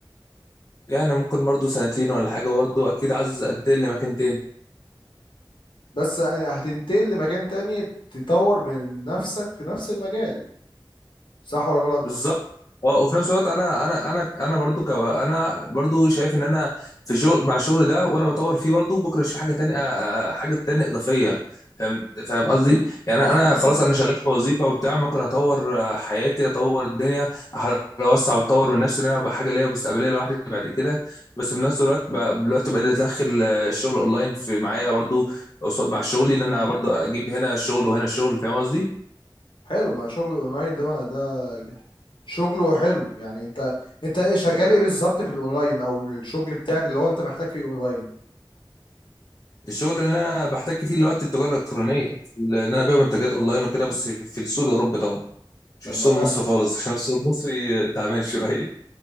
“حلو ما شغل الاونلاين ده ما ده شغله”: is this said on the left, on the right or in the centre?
Left